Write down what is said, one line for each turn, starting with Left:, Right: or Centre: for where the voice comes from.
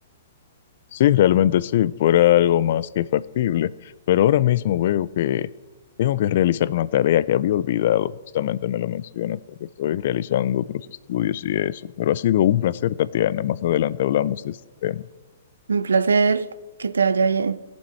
Left: Sí, realmente sí, fuera algo más que factible, pero ahora mismo veo que tengo que realizar una tarea que había olvidado, justamente me lo mencionas, porque estoy realizando otros estudios y eso, pero ha sido un placer, Tatiana, más adelante hablamos de este tema.
Right: <laughs> Un placer, que te vaya bien.